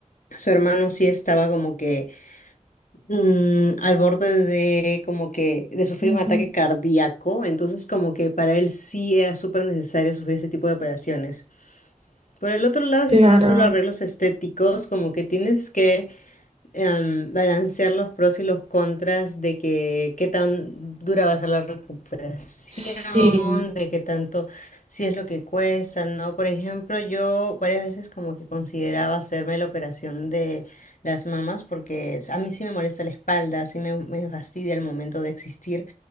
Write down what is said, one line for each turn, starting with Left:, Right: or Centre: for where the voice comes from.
Left: su hermano sí estaba como que mm, al borde de como que de sufrir
Right: Ujú,
Left: un ataque cardíaco, entonces como que para él sí era súper necesario sufrir ese tipo de operaciones. Por el otro lado,
Right: Claro,
Left: si son solo arreglos estéticos, como que tienes que em, balancear los pros y los contras de que qué tan dura va a ser la recuperación,
Right: sí.
Left: de qué tanto, si es lo que cuesta, ¿no? Por ejemplo, yo varias veces como que consideraba hacerme la operación de las mamas porque a mí sí me molesta la espalda, sí me, me fastidia el momento de existir.